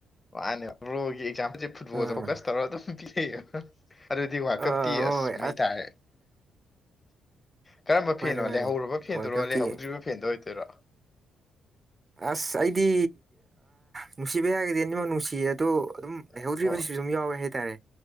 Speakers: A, on the left; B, on the right.
A: ꯃꯥꯅꯦ ꯕ꯭ꯔꯣꯒꯤ ꯑꯦꯛꯖꯥꯝꯄꯜꯁꯦ ꯐꯨꯠꯕꯣꯜꯗ
B: ꯑꯥ
A: ꯐꯣꯀꯁ ꯇꯧꯔꯒ ꯑꯗꯨꯝ ꯄꯤꯌꯦꯕ ꯑꯗꯨꯗꯤ ꯋꯥꯀꯞꯇꯤ
B: ꯑꯥ ꯍꯣꯏ
A: ꯑꯁ ꯃꯩ ꯇꯥꯔꯦ ꯀꯔꯝꯕ
B: ꯃꯥꯅꯤ
A: ꯐꯦꯟꯅꯣ
B: ꯃꯥꯅꯤ
A: ꯂꯩꯍꯧꯔꯕ ꯐꯦꯟꯗꯨꯔꯣ
B: ꯋꯥꯔꯜ ꯀꯞꯀꯤ
A: ꯂꯩꯍꯧꯗ꯭ꯔꯤꯕ ꯐꯦꯟꯗꯣ ꯑꯣꯏꯗꯣꯏꯔꯣ
B: ꯑꯁ ꯑꯩꯗꯤ ꯅꯨꯡꯁꯤꯕ ꯍꯥꯏꯒꯗꯤ ꯑꯅꯤꯃꯛ ꯅꯨꯡꯁꯤꯌꯦ ꯑꯗꯣ ꯑꯗꯨꯝ ꯂꯩꯍꯧꯗ꯭ꯔꯤꯕꯁꯤꯁꯨ
A: ꯑꯣ
B: ꯑꯗꯨꯝ ꯌꯥꯎꯋꯦ ꯍꯥꯏꯇꯥꯔꯦ